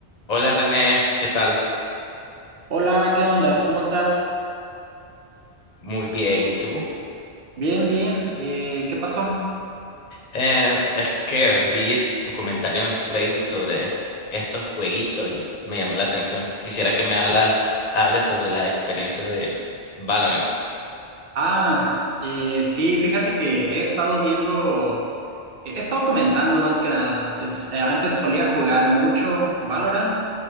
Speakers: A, on the left (about 45°); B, on the right (about 65°).
A: Hola René, ¿qué tal?
B: Hola, ¿qué ondas? ¿Cómo estás?
A: Muy bien, ¿y tú?
B: Bien, bien. Eh, ¿qué pasó?
A: Eh, es que vi tu comentario en Facebook sobre estos jueguitos y me llamó la atención. Quisiera que me hablas, hables sobre la experiencia de Valorant.
B: Ah, eh, sí, fíjate que he estado viendo, he estado comentando más que nada. Es, eh, antes solía jugar mucho Valorant